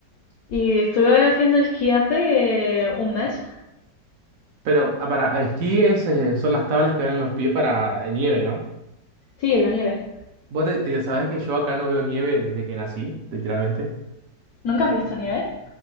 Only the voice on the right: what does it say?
Pero ah, para esquí es, eh, son las tablas que van en los pies para eh, nieve, ¿no?
Vos te, te sabés que yo acá no veo nieve desde que nací, literalmente.